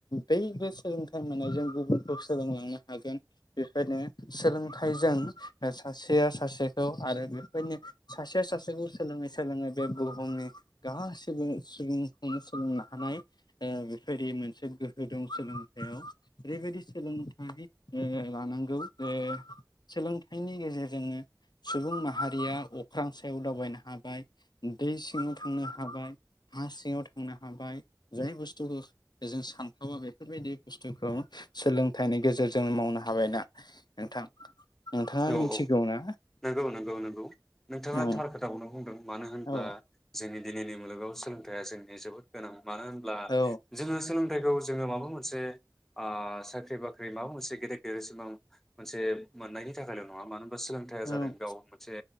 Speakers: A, on the left; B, in the centre.
A: बैबो सोलोंथाइ मोननायजों गुबुनखौ सोलोंलांनो हागोन बेखायनो सोलोंथाइजों ओ सासेया सासेखौ आरो बेफोरनि सासेया सासेखौ सोलोङै सोलोङै बे बुहुमनि गा सुबुं सुबुंखौनो सोलोंनो हानाय ओ बेफोरबायदि मोनसे गोहो दं सोलोंथायाइयाव ओरैबायदि सोलोंथाइ ओ लानांगौ ओ सोलों सोलोंथायनि गेजेरजोंनो सुबुं माहारिया अख्रां सायाव दावबायनो हाबाय दै सिङाव थांनो हाबाय हा सिङाव थांनो हाबाय जाय बुस्थुखौ जों सानथावा बेफोरबायदि बुस्थुखौ सोलोंथाइनि गेजेरजों मावनो हाबाय ना नोंथां। नोंथाङा
B: औ
A: मिथिगौ
B: औ
A: ना?
B: नंगौ <unintelligible> नोंथाङा
A: औ
B: थार खोथाखौनो बुंदों। मानो होनब्ला
A: औ
B: जोंनि दिनैनि मुलुगाव सोलोंथाया जोंनि जोबोद गोनां मानो होनब्ला
A: औ
B: जोङो सोलोंथाइखौ जोङो माबा मोनसे ओ साख्रि बाख्रि माबा मोनसे गेदेर गेदेर सिमां मोनसे मोननायनि थाखायल' नङा मानो होनबा सोलोंथाइया जादों
A: औ
B: गाव मोनसे